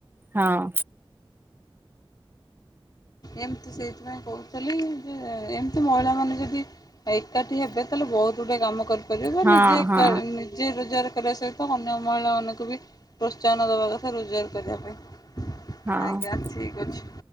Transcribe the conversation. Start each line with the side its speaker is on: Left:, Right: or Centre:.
Right: ହଁ।
Left: ଏମତି ସେଇଥିପାଇଁ କହୁଥିଲି ଯେ ଏମିତି ମହିଳା ମାନେ ଯଦି ଏକାଠି ହେବେ ତାହେଲେ ବହୁତ ଗୁଡେ କାମ କରିପାରିବେ ବା
Right: ହଁ
Left: ନିଜେ ଏକା
Right: ହଁ
Left: ଯିଏ ରୋଜଗାର କରିବା ସହିତ ଅନ୍ୟ ମହିଳାମାନଙ୍କୁ ବି ପ୍ରୋତ୍ସାହନ ଦବା କଥା ରୋଜଗାର କରିବା ପାଇଁ।
Right: ହଁ।
Left: ଆଜ୍ଞା ଠିକ ଅଛି।